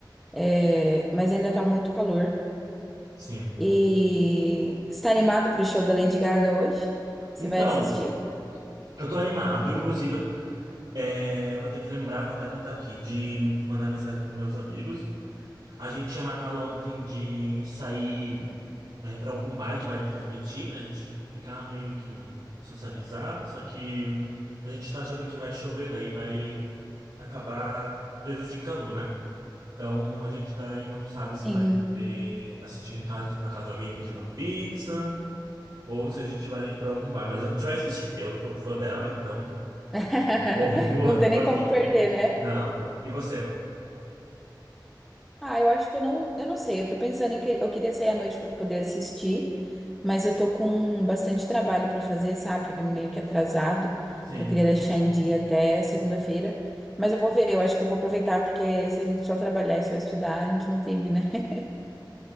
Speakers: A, in the centre; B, on the right.
A: É, mas ainda tá muito calor.
B: Sim.
A: E você tá animado pro show da Lady Gaga hoje? Você
B: Então,
A: vai assistir?
B: eu tô animado, inclusive, é, vou ter que lembrar, vou até anotar aqui, de mandar mensagem para meus amigos. A gente tinha marcado ontem de sair. é, para algum bar que vai transmitir, pra gente ficar meio que socializar. Só que a gente tá achando que vai chover, daí vai acabar prejudicando, né? Então a gente daí não sabe se
A: Sim.
B: vai poder assistir em casa, na casa de alguém pedir uma pizza. Ou se a gente vai ir pra algum bar, mas a gente vai assistir. Eu sou fã dela, então
A: <laughs>
B: <laughs> vou, vou,
A: Não tem
B: vou
A: nem
B: assistir.
A: como perder, né?
B: Não. E você?
A: Ah, eu acho que eu não, eu não sei. Eu tô pensando em que eu queria sair à noite pra poder assistir, mas eu tô com bastante trabalho pra fazer, sabe? Meio que atrasado,
B: Sim.
A: que eu queria deixar em dia até segunda-feira. Mas eu vou ver, eu acho que eu vou aproveitar, porque se a gente só trabalhar e só estudar, a gente não vive, né? <laughs>